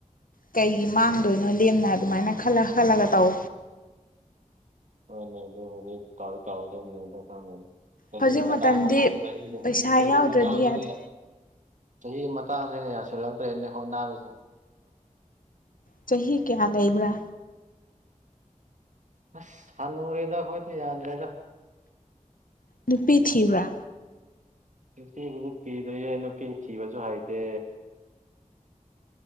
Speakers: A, on the left (about 90°); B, on the right (about 65°).
A: ꯀꯩꯒꯤ ꯃꯥꯡꯗꯣꯏꯅꯣ ꯂꯦꯝꯅ ꯑꯗꯨꯃꯥꯏꯅ ꯈꯜꯂ ꯈꯜꯂꯒ ꯇꯧ
B: ꯍꯣꯏ ꯅꯗꯗꯤ ꯇꯧ ꯇꯧꯗ ꯅꯗ ꯀꯥꯟ ꯀ
A: ꯍꯧꯖꯤꯛ
B: ꯃꯒ
A: ꯃꯇꯝꯗꯤ
B: ꯀ
A: ꯄꯩꯁꯥ
B: ꯆꯍꯤ
A: ꯌꯥꯎꯗ꯭ꯔꯗꯤ
B: ꯃꯇꯥꯡꯒꯦ
A: ꯌꯥꯗꯦ
B: ꯆꯍꯤꯒꯤ ꯃꯇꯥꯡꯁꯤꯦꯒ ꯌꯥꯁꯤꯜꯂꯛꯇ꯭ꯔꯦꯅꯦ ꯍꯣꯠ ꯅꯥꯕꯁꯨ
A: ꯆꯍꯤ ꯀꯌꯥ ꯂꯩꯕ꯭ꯔꯥ
B: ꯑꯁ ꯐꯟ ꯃꯨꯔꯦꯗ ꯑꯩꯈꯣꯏꯗꯣ ꯌꯥꯗ꯭ꯔꯦꯗ
A: ꯅꯨꯄꯤ ꯊꯤꯕ꯭ꯔꯥ
B: ꯅꯨꯁꯤꯕꯨ ꯊꯤꯗꯣꯏꯌꯦ ꯅꯨꯄꯤ ꯊꯤꯕꯁꯨ ꯍꯥꯏꯩꯇꯦ